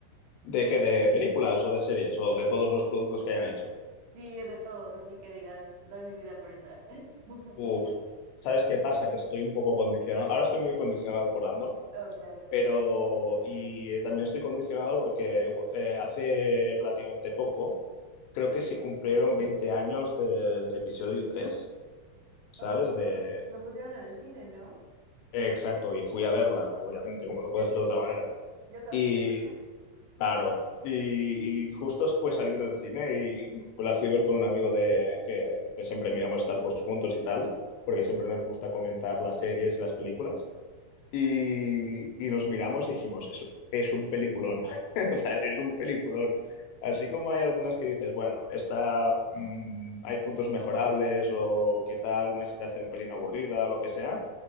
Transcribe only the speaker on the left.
¿De qué? ¿De películas o de series o de todos los productos que hayan hecho?
Uf, ¿sabes qué pasa? Que estoy un poco condicionado. Ahora estoy muy condicionado por Andor,
Pero, y eh, también estoy condicionado porque eh, hace relativamente poco, creo que se cumplieron 20 años del episodio tres ¿sabes?
De,
eh, exacto, y fui a verla, obviamente, como no puede
ser de otra manera.
Y, claro, y, y justo fue salir del cine y la fui a ver con un amigo de, que, que siempre miramos Star Wars juntos y tal, porque siempre nos gusta comentar las series y las películas. Y, y nos miramos y dijimos, es, es un peliculón, <laughs> o sea, es un peliculón. Así como hay algunas que dices, bueno, esta, mm, hay puntos mejorables o quizá alguna se te hace un pelín aburrida o lo que sea,